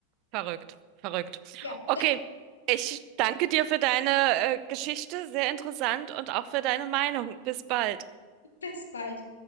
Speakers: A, on the right; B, on the left.
A: verrückt, verrückt.
B: Ja,
A: okay. Ich danke dir für deine äh, Geschichte, sehr interessant und auch für deine Meinung. Bis bald.
B: bis bald.